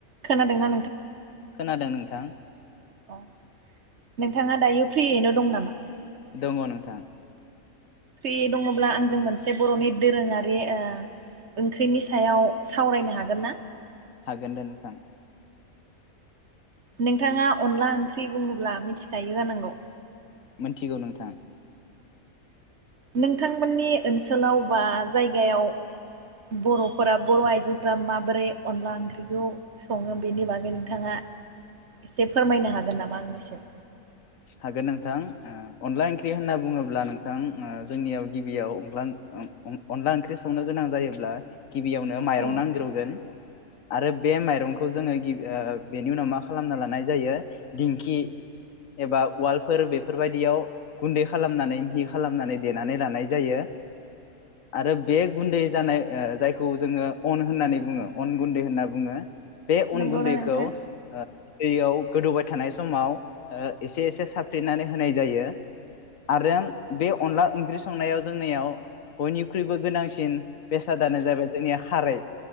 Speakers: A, on the right (about 55°); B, on the left (about 70°).
A: खोनादोंना
B: खोनादों नोंथां।
A: अ नोंथाङा दायो फ्रियैनो दं नामा?
B: दङ नोंथां।
A: फ्रि दङब्ला आंजों मोनसे बर'नि दोरोङारि ओ ओंख्रिनि सायाव सावरायनो हागोन ना?
B: हागोन दे नोंथां।
A: नोंथाङा अनला ओंख्रि बुङोब्ला मिथिखायो जानांगौ
B: मोनथिगौ नोंथां।
A: नोंथांमोननि ओनसोलाव बा जायगायाव बर'फोरा बर' आइजोफोरा माबोरै अनला ओंख्रिखौ सङो बेनि बागै नोंथाङा एसे फोरमायनो हागोन नामा आंनिसिम?
B: हागोन नोंथां ओ अनला ओंख्रि होनना बुङोब्ला नोंथां ओ जोंनियाव गिबियाव अंलां अं अं अनला ओंख्रि संनो गोनां जायोब्ला गिबियावनो माइरं
A: औ
B: नांग्रोगोन आरो बे माइरंखौ जोङो गि ओ बेनि उनाव मा खालामना लानाय जायो दिंखि एबा उवालफोर बेफोरबायदियाव गुन्दै खालामनानै मिहि खालामनानै देनानै लानाय जायो आरो बे गुन्दै जानाय ओ जायखौ जोंङो अन होननानै बुङो अन गुन्दै होनना बुंङो। बे अन
A: नंगौना
B: गुन्दैखौ
A: नोंथां?
B: ओ दैयाव गोदौबाय थानाय समाव ओ एसे एसे साफ्रेनानै होनाय जायो आरो बे अनला ओंख्रि संनायाव जोंनियाव बयनिख्रुइबो गोनांसिन बेसादानो जाबाय जोंनिया खारै,